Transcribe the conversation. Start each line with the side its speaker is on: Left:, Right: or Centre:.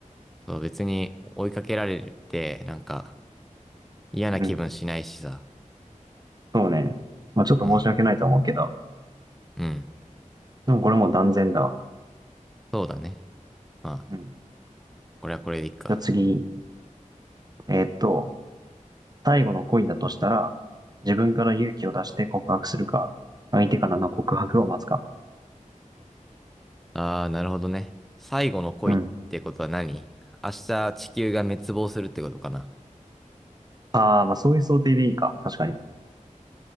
Centre: そう、別に追いかけられて、なんか嫌な気分しないしさ。
Right: うん。そうね。まあちょっと申し訳ないとは思うけど、
Centre: うん、うん。
Right: でもこれもう断然だわ。
Centre: そうだね。まあ、
Right: うん。
Centre: これはこれでいいか。
Right: じゃあ次、えーっと、最後の恋だとしたら、自分から勇気を出して告白するか、相手からの告白を待つか。
Centre: ああ、なるほどね。最後の恋ってことは何明日地球が滅亡するってことかな。
Right: うん。ああ、まあそういう想定でいいか。確かに。